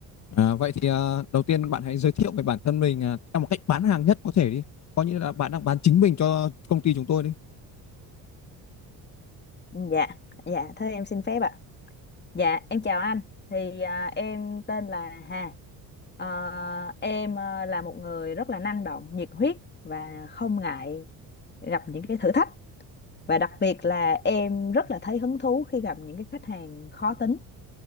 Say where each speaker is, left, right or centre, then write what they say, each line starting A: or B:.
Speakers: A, on the left; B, on the left.
A: À, vậy thì à, đầu tiên bạn hãy giới thiệu về bản thân mình à, theo một cách bán hàng nhất có thể đi. Coi như là bạn đang bán chính mình cho công ty chúng tôi đi.
B: Dạ, dạ, thế em xin phép ạ. Dạ, em chào anh. Thì à, em tên là Hà. Ờ, em à, là một người rất là năng động, nhiệt huyết và không ngại gặp những cái thử thách. và đặc biệt là em rất là thấy hứng thú khi gặp những cái khách hàng khó tính